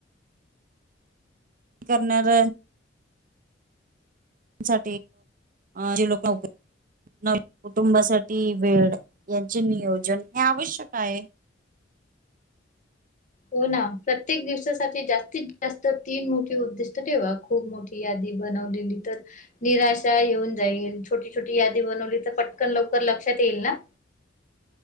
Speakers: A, on the right (about 45°); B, on the left (about 40°).
A: करणार सा जे लोक नकर. न कुटुंबासाठी वेळ यांचे नियोजन हे आवश्यक आहे.
B: हो ना प्रत्येक दिवसासाठी जास्तीत जास्त तीन मोठे उद्दिष्ट ठेवा. खूप मोठी यादी बनवलेली तर निराशा येऊन जाईल छोटी छोटी यादी बनवली तर पटकन लवकर लक्षात येईल ना.